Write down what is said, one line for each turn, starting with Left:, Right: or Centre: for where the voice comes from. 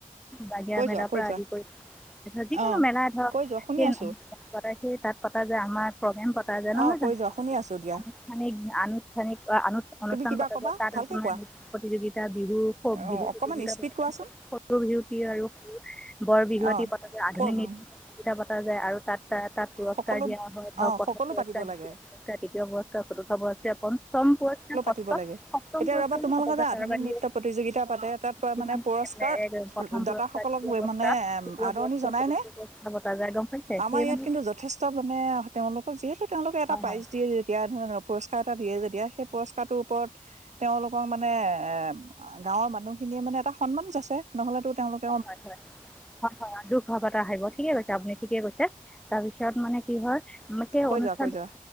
Centre: বাগিয়
Right: কৈ
Centre: মেলাৰ
Right: যোৱা কৈ
Centre: পৰা
Right: যোৱা
Centre: আদি কৰি যিকোনো
Right: অ
Centre: মেলাই ধৰক
Right: কৈ যোৱা শুনি আছো
Centre: সেই তাত পতা যায় আমাৰ প্ৰগ্ৰেম পতা যায় নহয়
Right: অ
Centre: জানোষ্ঠানিক,
Right: কৈ যোৱা শুনি আছো দিয়া
Centre: <unintelligible> পা যায় তাত
Right: তুমি কিবা কবা
Centre: আাৰ
Right: ভালকে কোৱা
Centre: নৃত্য প্ৰতিযোগিতা বিহু
Right: অ
Centre: বিহু
Right: অকমান
Centre: প্ৰতিযোগিতা
Right: স্পীড কোৱাচোন
Centre: সৰু বিহুট আৰু সৰু বৰ বিহুৱট
Right: অ
Centre: পতা যায় আধুনিক নৃত্য
Right: ক
Centre: প্ৰতিযোগিত পা যায় আৰু তাত তাত পুৰস্কাৰ
Right: সকলো
Centre: দিয়া হয় ধৰক
Right: অ
Centre: প্ৰথম
Right: সকলো
Centre: পুৰস্কাৰ
Right: পাতিব
Centre: দ্বিতীয়
Right: লাগে
Centre: পুৰ্কাৰ তৃতীয় পুৰস্কাৰ চতুৰ্থ পুৰস্কাৰ পঞ্চম পুৰস্কাৰ। ষষ্ঠ
Right: দ লাগে
Centre: সপ্তম
Right: এতিয়া
Centre: পুৰস্কাৰো
Right: ৰবা তোমাল
Centre: পতা
Right: লগোকৰ
Centre: যায়
Right: যে আধুনিক
Centre: তাৰ বাহিৰে
Right: নৃত্য প্ৰতিযোগিতা পাতে তাত
Centre: কিছুমান
Right: মানে পুৰস্কাৰ
Centre: প্ৰথম পুৰস্কাৰ
Right: দাতাাসকলক
Centre: দ্বিতীয় পুৰস্কাৰ
Right: মানে
Centre: তৃতীয়
Right: আদৰণি
Centre: পুৰস্কাৰ
Right: জনাই
Centre: চতুৰ্থ
Right: নে
Centre: পুৰস্কাৰ পতা যায় গম পাইছে
Right: আমাৰ
Centre: সেই
Right: ইয়াত
Centre: মানে
Right: কিন্তু যথেষ্ট মানে তেওঁলোকক যিহেতু তেওঁলোকে এটা
Centre: হয়
Right: প্ৰাইজ
Centre: হয়
Right: দিয়ে যেতিয়া পুৰস্কাৰ এটা দিয়ে যেতিয়া সেই পুৰস্কাৰ থকাটোৰ ওপৰত তেওঁলোকক মানে এই গাঁৱৰ মানুহ খিনিয়ে মানে এটা সন্মান যাঁচে আছে নহলেতো তেওঁলোক
Centre: হয়, হয়, হয়, হয়, দুখ ভাৱ এটা আহিব ঠিকে কৈছে আপুনি ঠিকে কৈছে। তাৰপিছত মানে কি হয় আমাক সেই
Right: কৈ
Centre: অনুষ্ঠানটো,
Right: যোৱা কৈ যোৱা